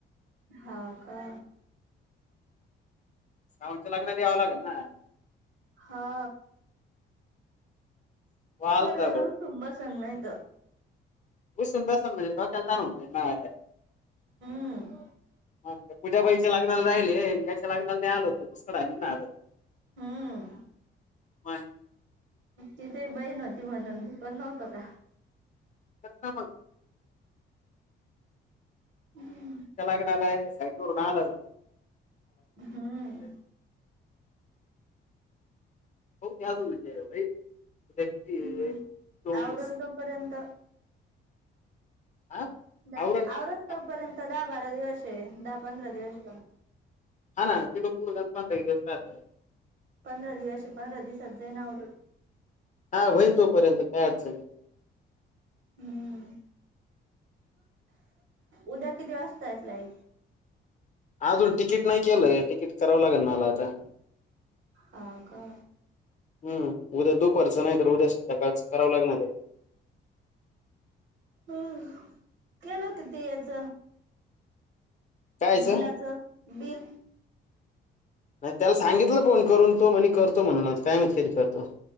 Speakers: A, on the right; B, on the left.
A: हा का?
B: सावंतच्या लग्नाला यावं लागेल ना.
A: हा.
B: वालता
A: पोरग
B: भाऊ
A: रुसून बसेल नाहीतर.
B: रुसून बसेल म्हणजे डोक्याला त्रास होऊन जाईल माझ्या.
A: हम्म.
B: हा. पूजाबाईच्या लग्नाला राहिले. याच्या लग्नाला नाही आलो तर <unintelligible>
A: हम.
B: बाय.
A: तिथे बहीण व्हती म्हणून, मी पण नव्हतो का?
B: कस्टमर?
A: हम्म.
B: च्या लग्नाला साईटवरून आलं
A: हम्म
B: <unintelligible> हो ते अजून होईल <inaudible> किती आहे
A: हम्म
B: चोवीस
A: आवरलं तोपर्यंत.
B: हा
A: द
B: आवरण होईल
A: आवरलं
B: का?
A: तो पर्यंत दहा बारा दिवस आहे दहा पंधरा दिवस.
B: हा ना तिकडून पुढे पंधरा एक दिवस राहत
A: पंधरा दिवस पंधरा दिवसात जाईन आवरून.
B: हा होईन तोपर्यंत काय अडचण नाही.
A: हम्म उद्या किती वाजताय फ्लाइट?
B: अजून तिकीट नाही केलंय तिकीट करावं लागेल मला आता.
A: हां का
B: हम् उद्या दूपारच नाही तर उद्या संध्याकाळचं करावं लागणार आहे.
A: ह केलं किती याच.
B: कायचं
A: बिलाचं बिल
B: नाही त्याला सांगितलं फोन करून तो, म्हणे करतो म्हणून काय माहित कधी करतो.